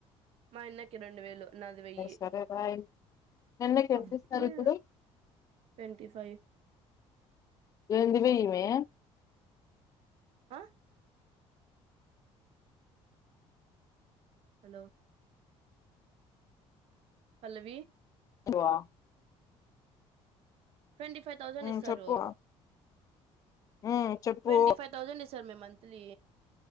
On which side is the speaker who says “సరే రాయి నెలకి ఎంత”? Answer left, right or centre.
Left